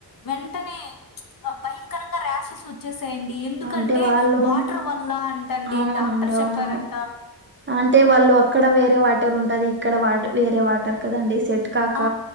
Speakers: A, on the left; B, on the right.
A: వెంటనే భయంకరంగా రాషెస్స్ వ. వచ్చేసేయండి ఎందుకంటే
B: అంటే వాళ్ళు
A: వాటర్ వల్ల అంట అండి
B: అవునండి
A: డాక్టర్ చెప్పారంట.
B: అవును అంటే వాళ్ళు అక్కడ వేరే వాటర్ ఉంటది ఇక్కడ వా వేరే వాటర్ కదండి సెట్. కాక
A: ఆ